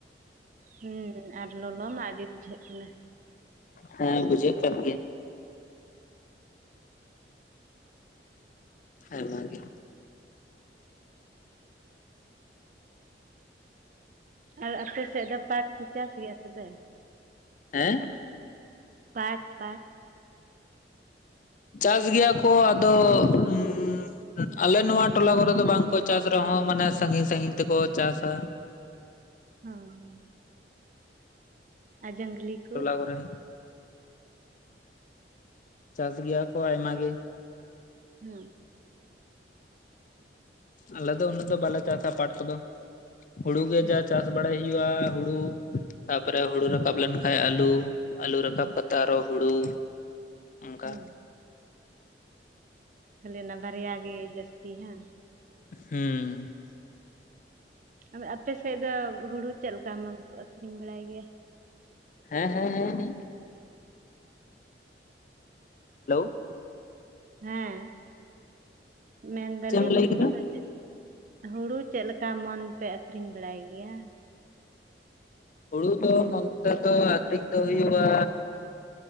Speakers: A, on the right; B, on the left.
A: ᱦᱮᱸ ᱟᱨ ᱞᱚᱞᱚ ᱢᱟ ᱟᱹᱰᱤ ᱵᱩᱡᱷᱟᱹᱜ ᱠᱟᱱᱟ᱾
B: ᱦᱮᱸ ᱵᱩᱡᱷᱟᱹᱜ ᱠᱟᱱ ᱜᱮᱭᱟ᱾ ᱟᱭᱢᱟ ᱜᱮ
A: ᱟᱨ ᱟᱯᱮ ᱥᱮᱫ ᱫᱚ ᱯᱟᱴ ᱠᱚ ᱪᱟᱥ ᱜᱮᱭᱟ ᱛᱚᱵᱮ?
B: ᱦᱮᱸ᱾
A: ᱯᱟᱴ ᱯᱟᱴ
B: ᱪᱟᱥ ᱜᱮᱭᱟ ᱠᱚ ᱟᱫᱚ ᱚᱢᱻ ᱟᱞᱮ ᱱᱚᱶᱟ ᱴᱚᱞᱟ ᱠᱚᱨᱮ ᱫᱚ ᱵᱟᱝᱠᱚ ᱪᱟᱥ ᱨᱮᱦᱚᱸ ᱢᱟᱱᱮ ᱥᱟᱜᱤᱧ ᱥᱟᱜᱤᱧ ᱛᱮᱠᱚ ᱪᱟᱥᱟ᱾
A: ᱦᱩᱸ ᱦᱮᱸ ᱟᱨ ᱡᱟᱝᱞᱤ ᱠᱚ
B: <unintelligible> ᱪᱟᱥ ᱜᱮᱭᱟ ᱠᱚ ᱟᱭᱢᱟᱜ ᱜᱮ।
A: ᱦᱩᱸ
B: ᱟᱞᱮ ᱫᱚ ᱩᱱᱟᱹᱜ ᱫᱚ ᱵᱟᱞᱮ ᱪᱟᱥᱟ ᱯᱟᱴ ᱠᱚᱫᱚ ᱦᱩᱲᱩ ᱜᱮ
A: ᱦᱮᱸ
B: ᱡᱟ ᱪᱟᱥ᱾ ᱵᱟᱲᱟᱭ ᱦᱩᱭᱩᱜᱼᱟ ᱦᱩᱲᱩ ᱛᱟᱯᱚᱨᱮ ᱦᱩᱲᱩ ᱨᱟᱠᱟᱵ ᱞᱮᱱᱠᱷᱟᱡ ᱟᱹᱞᱩ ᱟᱞᱩ ᱨᱟᱠᱟᱵ ᱠᱟ ᱠᱟᱛᱮ ᱟᱨᱚ ᱦᱩᱲᱩ᱾ ᱚᱱᱠᱟ
A: ᱦᱩᱸ ᱠᱷᱟᱹᱞᱤ ᱚᱱᱟ ᱵᱟᱨᱭᱟ ᱜᱮ ᱡᱟᱹᱥᱛᱤ ᱦᱟᱸ।
B: ᱦᱩᱸ
A: ᱟᱫᱚ ᱟᱯᱮ ᱥᱮᱫ ᱫᱚ ᱦᱩᱲᱩ ᱪᱮᱫ ᱞᱮᱠᱟ ᱮᱢᱚᱱ ᱠᱚ ᱟᱹᱠᱷᱨᱤᱧ ᱵᱟᱲᱟᱭ ᱜᱮᱭᱟ᱾
B: ᱦᱮᱸ ᱦᱮᱸ ᱦᱮᱸ ᱦᱮᱞᱳ
A: ᱦᱮᱸ ᱢᱮᱱ ᱫᱟᱞᱤᱧ
B: ᱪᱮᱫ ᱮᱢ ᱞᱟᱹᱭ
A: ᱦᱩᱲᱩ
B: ᱠᱮᱫᱟ
A: ᱫᱚ ᱪᱮᱫ ᱦᱩᱲᱩ ᱪᱮᱫ ᱞᱮᱠᱟ ᱢᱚᱱ ᱯᱮ ᱟᱠᱷᱨᱤᱧ ᱵᱟᱲᱟᱭ ᱜᱮᱭᱟ᱾
B: ᱦᱩᱲᱩ ᱫᱚ ᱱᱚᱱᱛᱮ ᱫᱚ ᱟᱠᱷᱨᱤᱧ ᱫᱚ ᱦᱩᱭᱩᱜ-ᱟ᱾